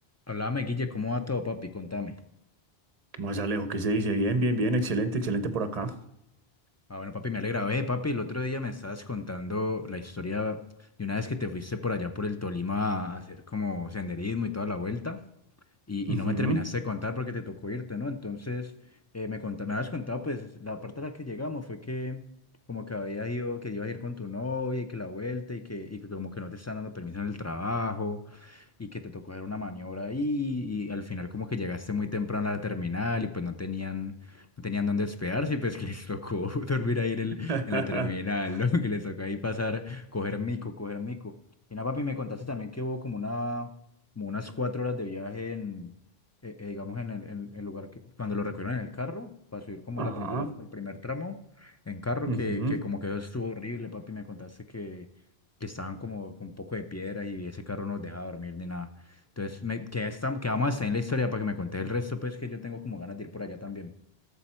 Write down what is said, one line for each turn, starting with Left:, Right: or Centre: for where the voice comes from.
Left: hablame Guille, ¿cómo va todo, papi? Contame.
Right: Más Alejo, ¿qué se dice? Bien, bien, bien, excelente, excelente por acá.
Left: Ah, bueno, papi, me alegra. Ve, papi, el otro día me estabas contando la historia de una vez que te fuiste por allá por el Tolima a hacer como senderismo y toda la vuelta, y,
Right: Ujú.
Left: y no me terminaste de contar porque te tocó irte, ¿no? Entonces, eh, me conta- me habías contado, pues, la parte a la que llegamos fue que como que había ido, que ibas a ir con tu novia y que la vuelta y que, y que como que no te están dando permiso en el trabajo. y que te tocó hacer una maniobra ahí y al final como que llegaste muy temprano a la terminal y pues no tenían, no tenían dónde hospedarse y pues que les tocó <laughs> dormir ahí en, el-
Right: <laughs>
Left: en la terminal, ¿no? Que les tocó ahí pasar, coger mico, coger mico. Y nada, papi, me contaste también que hubo como una, como unas cuatro horas de viaje en, eh, eh, digamos, en el, en el lugar que, cuando lo recogieron en el carro, para subir como
Right: Ajá.
Left: la primera, el primer tramo en carro,
Right: ujú.
Left: que, que como que eso estuvo horrible, papi, me contaste que que estaban como con un poco de piedras y ese carro no nos dejaba dormir ni nada. Entonces, me, que, esta- que vamos a estar en la historia para que me contes el resto, pues que yo tengo como ganas de ir por allá también.